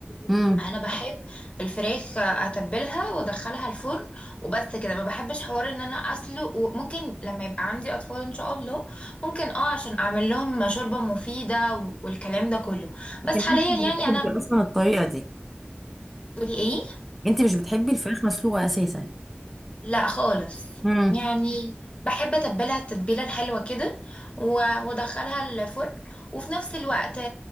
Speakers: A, in the centre; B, on the left.
A: امم
B: انا بحب الفراخ اتبلها وادخلها الفرن وبس كده ما بحبش حوار ان انا اسلق وممكن لما يبقى عندي اطفال ان شاء الله ممكن اه عشان اعمل لهم شوربة مفيدة والكلام ده كله
A: لكن
B: بس
A: انت
B: حاليا
A: مش
B: يعني
A: بتحبي
B: انا
A: اصلا الطريقه دي
B: بتقولي ايه
A: انت مش بتحبي الفراخ مسلوقه اساسا
B: لا خالص
A: امم
B: يعني بحب اتبلها التتبيله الحلوه كده و- وادخلها الفرن وفي نفس الوقت آه،